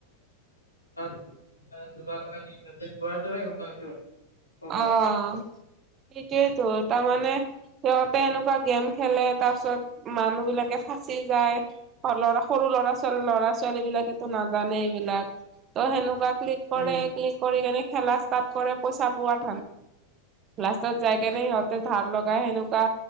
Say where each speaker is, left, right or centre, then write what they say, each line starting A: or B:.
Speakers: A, on the left; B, on the right.
A: জুৰা লগাই দিয়ে সিঁহতে জুৱা দৰে হয়, ন এইটো। ক'ব
B: অ',
A: গ'লে
B: সিটোৱেতো তামানে সিহঁতে এনেকুৱা গেম খেলে তাৰপাছত মানুহবিলাকে ফাঁচি যায়, ল'ৰা সৰু ল'ৰা ছোৱালী, ল'ৰা ছোৱালীবিলাকেতো নাজানেই এইবিলাক। ত' সেনেকুৱা ক্লিক কৰে,
A: উম
B: ক্লিক কৰি কেনে খেলা ষ্টাৰ্ট কৰে পইচা পোৱাত লাষ্টত যায় কেনে সিহঁতে ধাৰ লগাই সেনেকুৱা